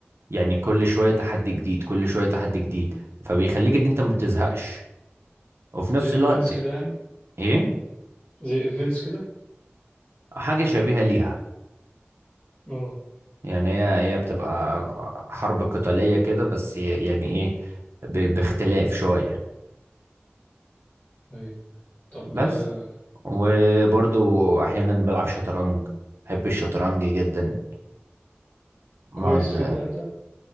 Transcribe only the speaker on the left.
زي إيفنتس
كده يعني
زي ايفنتس كده
اه
ايوه طب
آه،
أقول لك،
كويس فيه بقى انت